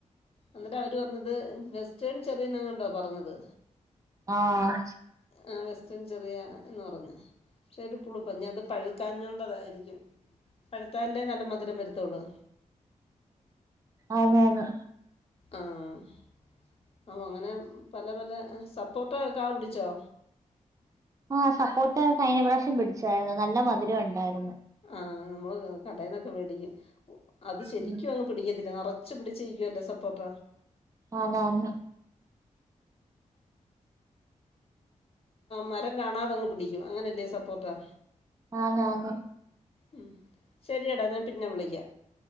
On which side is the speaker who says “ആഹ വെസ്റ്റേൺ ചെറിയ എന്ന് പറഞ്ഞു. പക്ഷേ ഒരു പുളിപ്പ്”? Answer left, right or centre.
Left